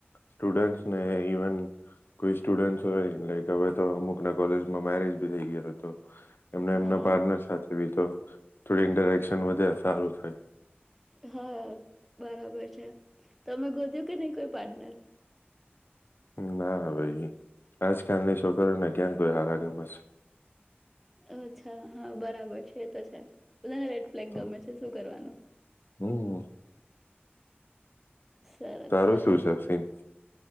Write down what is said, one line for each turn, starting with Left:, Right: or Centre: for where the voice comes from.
Left: સ્ટુડને ઈવન કોઈ સ્ટુડ હોય હવે તો અમુક ના કોલેજમાં મેરેજ ભી થઈ ગય હતો. એમને એમના
Centre: હા
Left: પાર્ટનર સાથે. એ ભી તો થોડી ઇન્ટરેક્શન વધે સારું થય.
Centre: હા બરાબર છે તમે ગોત્યું કે નહી કોઈ પાર્ટનર.
Left: ના ભાઈ આજકાલની છો કરરો ને ક્યાં કોઈ હાર ગમસ.
Centre: અચ્છા હા બરાબર છે એ તો છે. બધાને રેડ ફ્લેગ
Left: તો
Centre: ગમે છે શું કરવાનું.
Left: હમ.
Centre: સરસ
Left: તારું
Centre: સરસ
Left: શું છે સિન.